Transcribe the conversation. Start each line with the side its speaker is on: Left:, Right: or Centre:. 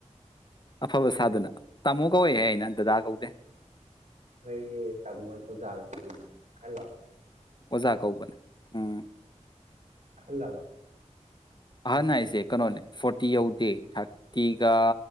Left: ꯑꯐꯕ ꯁꯥꯗꯅ ꯇꯥꯃꯣ ꯀꯧꯏꯦ ꯍꯥꯏ ꯑꯩꯅ ꯑꯗꯨꯗ ꯀꯧꯗꯦ
Right: ꯍꯩ ꯇꯃꯣꯣꯏ ꯑꯣꯖꯥꯒ ꯈꯥꯏꯂ
Left: ꯑꯣꯖꯥ ꯀꯧꯕꯅꯦ ꯎꯝ
Right: ꯑꯜꯂꯃ
Left: ꯑꯍꯟ ꯍꯥꯏꯁꯦ ꯀꯩꯅꯣꯅꯦ ꯐꯣꯔꯇꯤ ꯌꯧꯗꯦ ꯊꯥꯔ ꯊꯒ